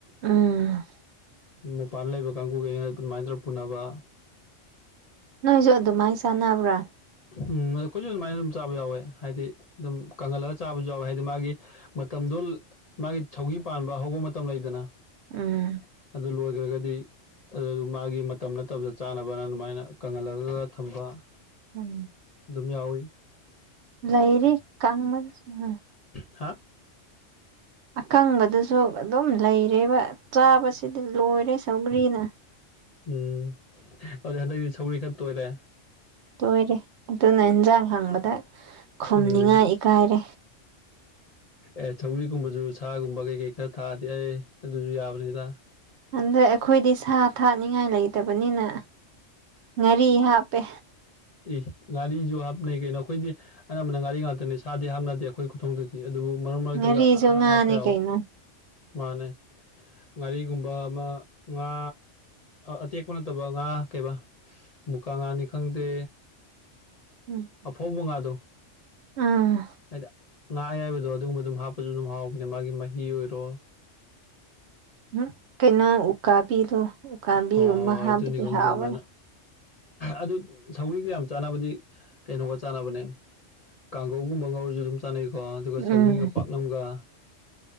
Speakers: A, on the right; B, on the left.
A: ꯎꯝ
B: ꯃꯄꯥꯟ ꯂꯩꯕ ꯀꯥꯡꯕꯨꯨꯒꯩꯅ ꯑꯗꯨꯃꯥꯏ ꯇꯧꯔ ꯄꯨꯅꯕ
A: ꯅꯣꯏꯁꯨ ꯑꯗꯨꯃꯥꯏ ꯆꯥꯟꯅꯕ꯭ꯔꯥ
B: ꯎꯝ ꯑꯩꯈꯣꯏꯖꯨ ꯑꯗꯨꯃꯥꯏꯅ ꯑꯗꯨꯝ ꯆꯥꯕ ꯌꯥꯎꯋꯦ ꯍꯥꯏꯗꯤ ꯑꯗꯨꯝ ꯀꯪꯍꯜꯂꯒ ꯆꯥꯕꯁꯨ ꯌꯥꯎꯋꯦ ꯍꯥꯏꯗꯤ ꯃꯥꯒꯤ ꯃꯇꯝꯗꯣ ꯃꯥꯒꯤ ꯁꯧꯒꯔꯤ ꯄꯥꯟꯕ ꯍꯧꯕ ꯃꯇꯝ ꯂꯩꯗꯅ
A: ꯎꯝ
B: ꯑꯗꯨ ꯂꯣꯏꯒ꯭ꯔꯒꯗꯤ ꯑꯗꯨ ꯃꯥꯒꯤ ꯃꯇꯝ ꯅꯠꯇꯕꯗ ꯆꯥꯅꯕꯅ ꯑꯗꯨꯃꯥꯏꯅ ꯀꯪꯍꯜꯂꯒꯒ ꯊꯝꯕ
A: ꯎꯝ
B: ꯑꯗꯨꯝ ꯌꯥꯎꯋꯤ
A: ꯂꯩꯥꯔꯤ ꯀꯪꯕ ꯎꯝ
B: ꯍꯥꯥ
A: ꯑꯀꯪꯕꯗꯨꯁꯨ ꯑꯗꯨꯝ ꯂꯩꯔꯤꯕ ꯆꯥꯕꯁꯤꯗꯤ ꯂꯣꯏꯔꯦ ꯁꯧꯒ꯭ꯔꯤꯅ
B: ꯎꯝ ꯑꯗꯨꯗꯤ ꯍꯟꯗꯛꯇꯤ ꯁꯧꯔꯤ ꯈꯔ ꯇꯣꯏꯔꯦ
A: ꯇꯣꯏꯔꯦ ꯑꯗꯨꯅ ꯏꯟꯖꯥꯡ ꯍꯪꯕꯗ ꯈꯨꯝꯅꯤꯡꯉꯥꯏ
B: ꯎꯝ
A: ꯏꯀꯥꯏꯔꯦ
B: ꯑꯦ ꯁꯧꯒꯔꯤꯒꯨꯝꯕꯖꯨ ꯁꯥꯒꯨꯝꯕ ꯀꯩ ꯀꯩ ꯈꯔ ꯊꯥꯛꯑꯗꯤ ꯑꯦ ꯑꯗꯨꯖꯨ ꯌꯥꯕꯅꯤꯗ
A: ꯑꯗꯩ ꯑꯩꯈꯣꯏꯗꯤ ꯁꯥ ꯊꯥꯅꯤꯡꯉꯥꯏ ꯂꯩꯇꯕꯅꯤꯅ ꯉꯥꯔꯤ ꯍꯥꯞꯄꯦ
B: ꯑꯦ ꯉꯥꯔꯤꯖꯨ ꯍꯥꯞꯅꯩ ꯀꯩꯅꯣ ꯑꯩꯈꯣꯏꯗꯤ ꯑꯅꯝꯕꯅ ꯉꯥꯥꯔꯤ ꯉꯥꯛꯇꯅꯦ ꯁꯥꯗꯤ ꯍꯥꯞꯅꯗꯦ ꯑꯩꯈꯣꯏ ꯈꯨꯊꯣꯡꯗꯗꯤ ꯑꯗꯨꯕꯨ ꯃꯔꯛ ꯃꯔꯛꯇꯒ
A: ꯉꯥꯔꯤꯁꯨ ꯉꯥꯅꯤ
B: ꯍꯥꯞꯄ ꯌꯥꯎꯋꯦ
A: ꯀꯩꯅꯣ
B: ꯃꯥꯅꯦ ꯉꯥꯔꯤꯒꯨꯝꯕ ꯑꯃ ꯉꯥ ꯑꯇꯦꯛꯄ ꯅꯠꯇꯕ ꯉꯥ ꯀꯩꯕꯥ ꯃꯨꯀꯥ ꯉꯥꯅꯤ ꯈꯪꯗꯦ
A: ꯎꯝ
B: ꯑꯐꯧꯕ ꯉꯥꯗꯣ
A: ꯎꯝ
B: ꯍꯥꯏꯗꯤ ꯉꯥ ꯑꯌꯥꯏꯕꯗꯣ ꯑꯗꯨꯒꯨꯝꯕ ꯑꯗꯨꯝ ꯍꯥꯞꯄꯖꯨ ꯑꯗꯨꯝ ꯍꯥꯎꯕꯅꯦ ꯃꯥꯒꯤ ꯃꯍꯤ ꯑꯣꯏꯔꯣ
A: ꯎꯝ ꯀꯩꯅꯣ ꯎꯀꯥꯕꯤꯗꯣ ꯎꯀꯥꯕꯤ
B: ꯍꯣꯏ
A: ꯒꯨꯝꯕ ꯍꯥꯥꯞꯄꯗꯤ
B: ꯑꯗꯨꯅꯤ ꯈꯪꯗꯦ
A: ꯍꯥꯥꯎꯕꯅꯦ
B: ꯑꯗꯨꯃꯥꯏꯅ ꯑꯗꯨ ꯁꯧꯒꯔꯤꯒ ꯌꯥꯝ ꯆꯥꯟꯅꯕꯗꯤ ꯀꯩꯅꯣꯒ ꯆꯥꯟꯅꯕꯅꯦ ꯀꯥꯡꯒꯧꯒꯨꯝꯕ ꯉꯧꯔꯖꯨ ꯑꯗꯨꯝ ꯆꯥꯅꯩꯀꯣ ꯑꯗꯨꯒ ꯁꯧꯒ꯭ꯔꯤꯒ
A: ꯎꯝ
B: ꯄꯥꯛꯅꯝꯒ